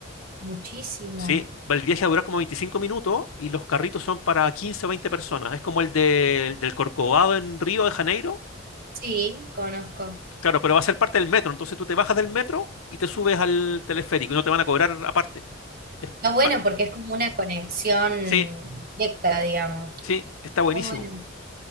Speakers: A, on the right; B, on the left.
A: Muchísimo.
B: Sí, el viaje dura como 25 minutos y los carritos son para 15 o 20 personas. Es como el del del Corcovado en Río de Janeiro.
A: Sí, conozco.
B: Claro, pero va a ser parte del metro. Entonces tú te bajas del metro y te subes al teleférico y no te van a cobrar aparte. Es-
A: Está
B: es par-
A: bueno porque es como una conexión
B: Sí,
A: directa, digamos.
B: sí, está buenísimo.
A: Muy bueno.